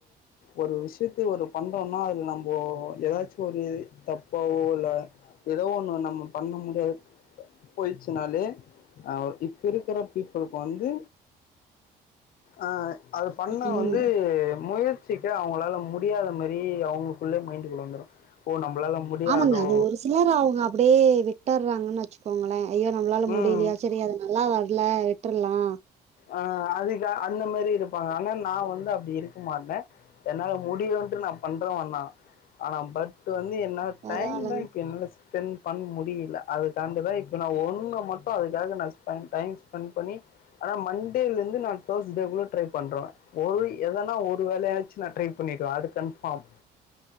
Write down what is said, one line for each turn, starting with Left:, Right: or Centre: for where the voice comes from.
Left: ஒரு விஷியத்த ஒரு பண்றோனா அது நம்போ எதாச்சு ஒரு தப்பாவோ இல்ல எதோ ஒண்ணு நம்ம பண்ண முடியாது போயிச்சுனாலே அ இப்ப இருக்கிற பீப்புளுக் வந்து அ அது பண்ண
Right: ம்
Left: வந்து முயற் சிக்கு அவுங்களால முடியாத மாரி அவுங்களுக்குள்ளே மைண்டுக்குள்ள வந்துரு ஓ நம்பளால முடியாதோ
Right: ஆமாங்க அது ஒரு சிலர் அவுங்க அப்படியே விட்டற்றாங்கனு வெச்சுக்கோங்களே ஐயோ நம்ப்ளால
Left: ம்
Right: முடிலியா செரி அத நல்லா வரல விட்டுர்லா
Left: ஆ அதிக அந்த மாரி இருப்பாங்க ஆனா நா வந்து அப்டி இருக்க மாட்டே என்னால முடியூன்ட்டு நா பண்றவன் நா ஆனா பட்டு வந்து என்னால்
Right: பரவால்லங்க
Left: டைம்தா இப்ப என்னால ஸ்பெண் பண்ண முடியல அதுக்கான்டுதா இப்போ நா ஒன்னு மட்டு அதுக்காக நா ஸ்பை டைம் ஸ்பெண் பண்ணி ஆனா மண்டேலெந்து நா தேஸ்டேகுள்ள ட்ரை பண்றுவே ஒரு எதனா ஒரு வேலையாச்சு நா ட்ரை பண்ணிடுவே அது கன்ஃபாம்